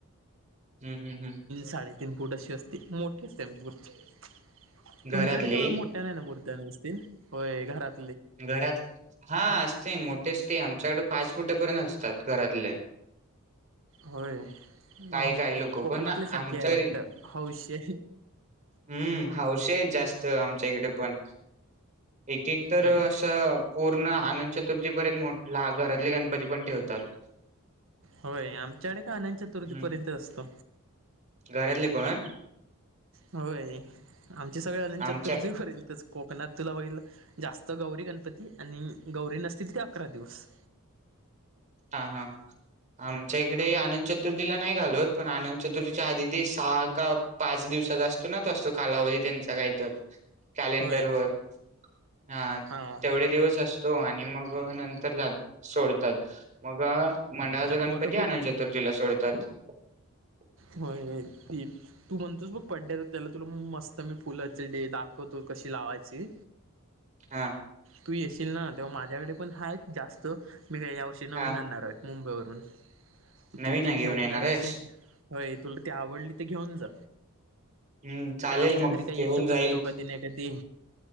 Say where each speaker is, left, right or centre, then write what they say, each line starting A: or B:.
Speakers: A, on the right (about 35°); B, on the right (about 60°).
A: हम्म हम्म हम्म
B: साडेतीन तीन फूट अशी असते मोठी असते आमची मूर्ती
A: घरातली?
B: तुमच्याकडे तेवढ मोठ्या नाही ना मूर्ती नसतील होय घरात
A: घरात हा मोठेच ते आमच्याकडे पाच फुट पर्यंत असतात घरातले
B: होय अ
A: काही काही लोक
B: कोकणातल्या
A: पण आमच्या
B: सारखी आहे वाटत
A: घरी
B: हौशे
A: हम्म हाौशी हायत जास्त आमच्या इकडे पण एक एक तर
B: होय
A: असं पूर्ण आनंतचतुर्थी पर्यंत मोठ घरातले गणपती पण ठेवतात
B: होय आमच्याकडे का आनंतचतुर्थी
A: हम्म
B: पर्यंत असतो
A: घरातले पण
B: होय आमचे सगळे अनंतचतुर्थी
A: आमच्या
B: पर्यंतच कोकणात तुला बघितलं जास्त गौरी गणपती आणि गौरी नसतील ते अकरा दिवस
A: हा हा आमच्या इकडे अनंतचतुर्थीला नाही घालवत पण आनंतचतुर्थीच्या आधी ते सहा का पाच दिवस असतो ना तस कालावधी त्यांचा काहीतर कॅलेंडर
B: होय
A: वर हा
B: हा
A: तेवढे दिवस असतो आणि मग नंतर जात सोडतात मग मंडळाचा गणपती
B: तू आता बघ
A: आनंतचतुर्थी ला सोडतात <inaudible>
B: होय ते तू म्हणतोस मग पड्ड्या <unintelligible> त्याला तुला मग मस्त मी फुलाच डे दाखवतो कशी लावाची
A: हा
B: तू येशील ना तेव्हा माझ्याकडे पण हायत जास्त मी काही यावर्षी नवीन
A: हा.
B: आणणार आहेत मुंबईवरून
A: नवीन
B: तू ते
A: आहे
B: घेऊन
A: येणार
B: जाण
A: आहेस
B: असे होय तुला ती आवडली तर घेऊन जा
A: हम्म चालेल
B: आमच्या
A: मग
B: घरी काही
A: घेऊन
B: येतच
A: जाईल
B: असतो कधी ना कधी